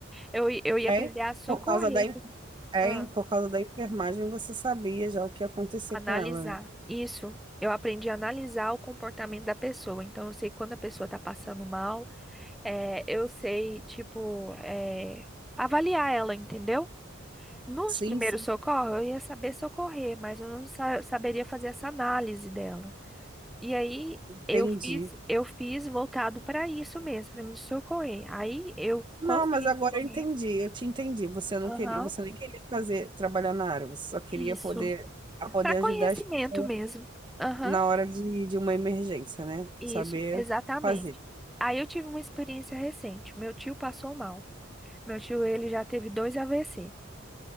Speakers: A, in the centre; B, on the right.
A: Eu, i- eu ia
B: é?
A: aprender a socorrer,
B: Por causa da, en-
A: a pessoa.
B: é,
A: Ah,
B: por causa da enfermagem, você sabia já o que ia acontecer
A: analisar.
B: com ela, né?
A: Isso. Eu aprendi a analisar o comportamento da pessoa. Então, eu sei quando a pessoa está passando mal, eh, eu sei, tipo, eh, avaliar ela, entendeu? Nos
B: Sim,
A: primeiros
B: sim.
A: socorros, eu ia saber socorrer, mas eu não sa- saberia fazer essa análise dela. E aí
B: Entendi.
A: eu fiz, eu fiz voltado para isso mesmo, para me socorrer. Aí eu
B: Não,
A: consegui
B: mas agora
A: socorrer.
B: eu entendi, eu te entendi. Você não
A: Aham,
B: queria, você nem queria fazer, trabalhar na área, você só queria
A: isso.
B: poder, a poder
A: Para conhecimento
B: ajudar as pessoas
A: mesmo. Aham,
B: na hora de, de uma emergência, né?
A: isso,
B: Saber
A: exatamente.
B: fazer.
A: Aí eu tive uma experiência recente. Meu tio passou mal. Meu tio, ele já teve dois AVC,